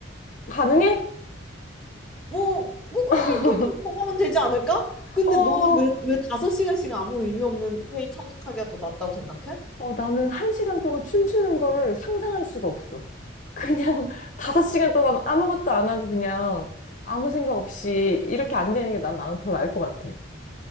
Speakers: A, on the left; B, in the centre.
A: 가능해?
B: 뭐 뭐그냥
A: <laughs>
B: 이렇게 이렇게 하면 되지 않을까? 근데
A: 어,
B: 너는 왜 왜 다섯 시간씩 아무 의미 없는 회의 참석하기가 더 낫다고 생각해?
A: 어, 나는 한 시간 동안 춤추는 거를 상상할 수가 없어. 그냥 <laughs> 다섯 시간 동안 아무것도 안 하고 그냥 아무 생각 없이 이렇게 앉아있는 게 난, 나는 더 나을 것 같아.